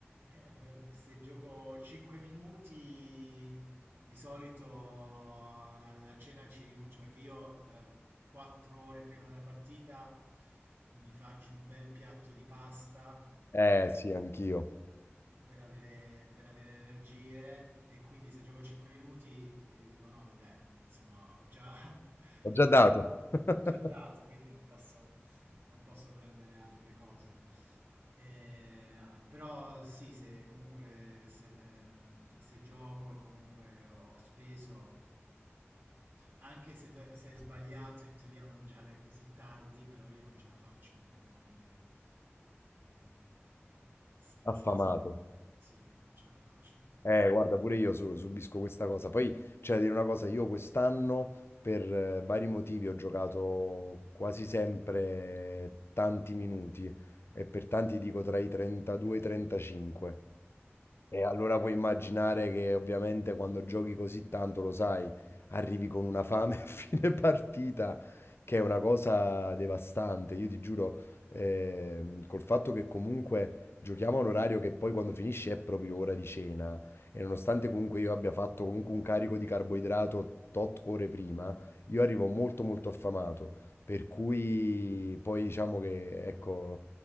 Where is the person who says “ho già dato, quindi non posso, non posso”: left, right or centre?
Right